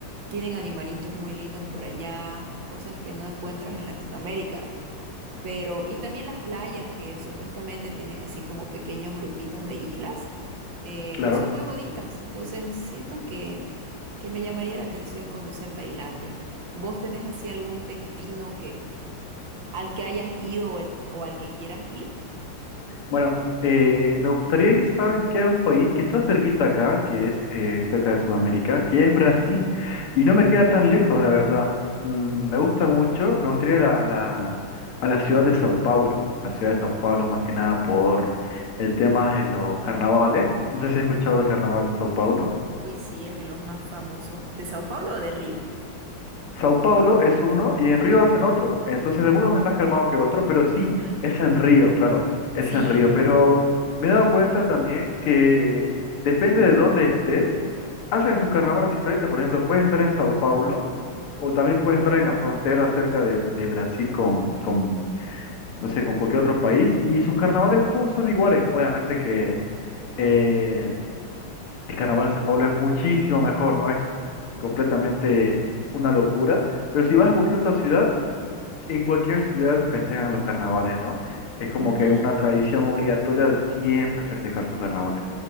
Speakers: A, on the right; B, on the left.
A: tienen animalitos muy lindos por allá, cosas que no encuentras en Latinoamérica. Pero, y también las playas que supuestamente tienen así como pequeños grupitos de islas, eh,
B: claro.
A: que son muy bonitas. Entonces, siento que, que me llamaría la atención conocer Tailandia. ¿Vos tenés así algún destino que, al que hayas ido o, el- o al que quieras ir?
B: Bueno, eh, me gustaría ir, ¿sabes qué? A un país que está cerquita acá, que es eh, cerca de Sudamérica, que es Brasil, y no me queda tan lejos, la verdad. Mm, me gusta mucho, me gustaría ir a, a la, a la ciudad de Sao Paulo, la ciudad de Sao Paulo más que nada por el tema de los carnavales. No sé si has escuchado del carnaval de Sao Paulo.
A: Uy, sí, es de los más famosos. ¿De Sao Paulo o de Río?
B: Sao Paulo es uno y en Río hacen otro. Entonces, algunos es más calmado que otros, pero sí,
A: Ujú.
B: es en Río, claro, es
A: Sí,
B: en Río. Pero me he dado cuenta también que depende de dónde estés, hacen sus carnavales diferentes. Por ejemplo, puedes estar en Sao Paulo o también puedes estar en la frontera cerca de, de Brasil con, con, no sé, con cualquier otro país y sus carnavales todos son iguales. Obviamente que eh, el carnaval de Sao Paulo es muchísimo mejor, ¿no? <laughs> completamente una locura. Pero si vas a cualquier otra ciudad, en cualquier ciudad festejan los carnavales, ¿no? Es como
A: ujú.
B: que una tradición obligatoria de siempre festejar sus carnavales.